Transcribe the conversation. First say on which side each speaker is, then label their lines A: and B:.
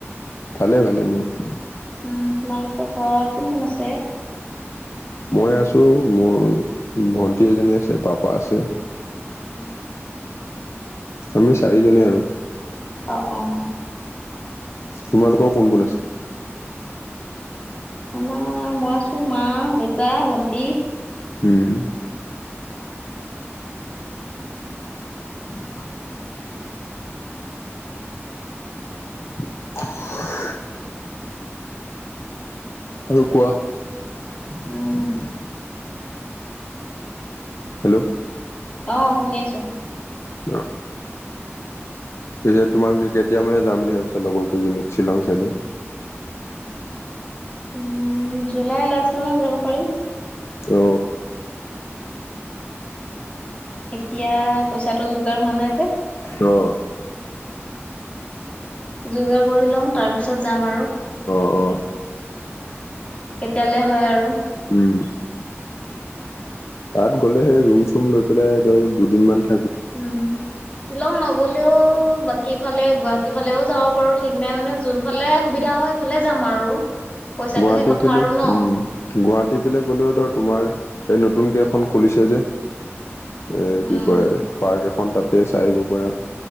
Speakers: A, on the left; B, on the left.
A: ভালে ভালে মোৰো
B: উম তোমালোকৰ ঘৰত কোন কোন আছে?
A: মই আছোঁ মোৰ ভন্টি এজনী আছে পাপা আছে।
B: উম
A: আমি চাৰিজনেই আৰু
B: অহ
A: তোমালোকৰ কোন কোন আছে?
B: আমাৰ মই আছোঁ মা দেউতা ভন্টি
A: উম
B: <unintelligible>
A: <unintelligible> আৰু কোৱা
B: উম
A: হেল্ল'
B: অ শুনি আছোঁ।
A: অ পিছে তোমালোকে কেতিয়া মানে যাম বুলি ভাবিছা লগৰ কেইজনী শ্বিলং চাইডে
B: উম জুলাই লাষ্ট মানত যাব পাৰিম।
A: অ
B: এতিয়া পইচাটো যোগাৰ হোৱা নাই যে
A: অ
B: যোগাৰ কৰি লওঁ তাৰপিছত যাম আৰু
A: অ অ
B: কেতিয়ালে হয় আৰু
A: উম তাত গ'লে সেই ৰুম চুম লৈ পেলাই ধৰ দুদিনমান থ
B: উম লগ নগলেও বাকী ফালে গুৱাহাটী ফালেও যাব পাৰোঁ ঠিক নাই মানে যোনফালে সুবিধা হয় সেইফালে যাম আৰু পইচাটোহে
A: গুৱাহাটীৰ
B: কথা
A: ফালে
B: আৰু ন
A: উম গুৱাহাটী ফালে গলেও ধৰ তোমাৰ এই নতুনকে এখন খুলিছে যে এ
B: উম
A: কি কয় পাৰ্ক এখন তাত তাতে চাই আহিব পাৰা